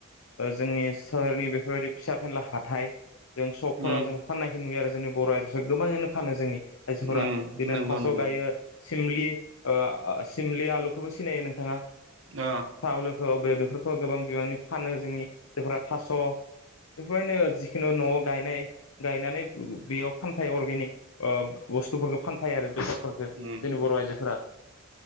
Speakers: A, on the left; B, on the right.
A: जोंनि सोहोरनि बेफोरबायदि फिसा फेनला हाथाय जों सकफोराव
B: उम
A: जों फाननायखौ नुयो आरो जोंनि बर' आजोफ्रा गोबाङैनो फानो जोंनि मानसिफोरा
B: उम
A: बिदिनो
B: नंगौ
A: थास'
B: नंगौ
A: गायो सिमलि ओ सिमलि आलुखौबो सिनायो नोंथाङा।
B: ओ
A: थावलोखौ बेफोरखौ गोबां बिबांनि फानो जोंनि जायफोरा थास' बेफोरबायदिनो जिखुनु न'आव गायनाय गायनानै बेयाव फानफायो अर्गेनिक ओ बुस्थुफोरखौ फानफैयो आरो बेसादफोरखो
B: उम
A: जोंनि बर' आइजोफोरा।